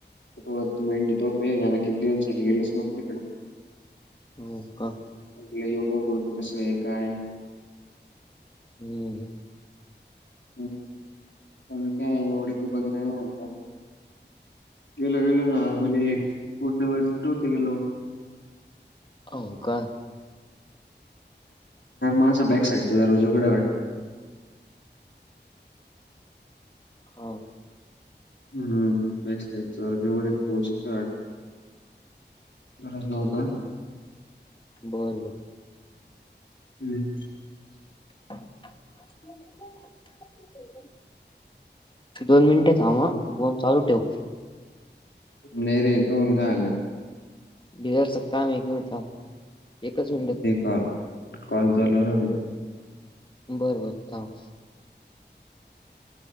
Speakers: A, on the left (about 85°); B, on the left (about 25°).
A: वरती मेंट तो प किती दिवस झाले गेलेचव्ह तिकं
B: हम्म हा.
A: आपलं यो बघून कसं आहे काय.
B: हम्म.
A: हम. पण काय एवढं की बघण आता. गेलं गेलंर म्हणजे पूर्ण वरती नव्हत गेलो.
B: हो का <unintelligible>
A: माझा बॅक साइडचा दरवाजा उघडं आहे वाटतं.
B: हा.
A: हम् तेवढेच पोचत. गरज न होता
B: हो
A: <inaudible>
B: ना. बर बर
A: हम्.
B: क <unintelligible> दोन मिनटे थांब अ फोन चालू ठेव.
A: नाही रे करून काय आलं.
B: बिर सत्ताम एक मिनिट एकच मिनिट.
A: का. कॉल चाल.
B: बरं बरं थांब.